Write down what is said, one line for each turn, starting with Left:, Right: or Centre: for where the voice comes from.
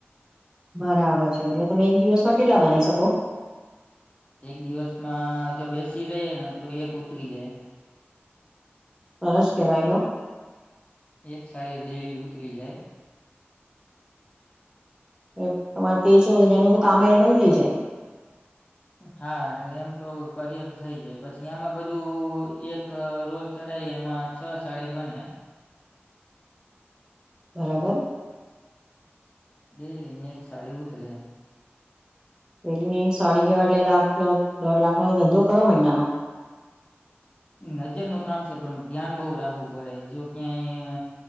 Right: બરાબર છે, એટલે તમે એક દિવસમાં કેટલા બનાઈ શકો?
Left: એક દિવસમાં જો બેસી રઈએ ને તો એક ઉતરી જાય.
Right: સરસ કેવાય લો
Left: એક સારી ડેઈલી ઉતરી જાય.
Right: એમ તમારે તેર ચોવુદ અજારનું તો કામે એમેય થઈ જાય.
Left: હા, એમ તો કરીએ તો થઇ જાય, પછી આમાં બધું એક રોલ ચડાઈ એમાં છ સાડી બને
Right: બરાબર,
Left: ડેઈલીની એક સાડી ઉતરે.
Right: ડેઈલીની એક સાડી કેવાય એટલે લાખ લાખ દોઢ લાખનો તો ધંધો કરો મઈનાનો.
Left: નજરનું કામ છે પણ ધ્યાન બોઉ રાખવું પડે, જો ક્યાંય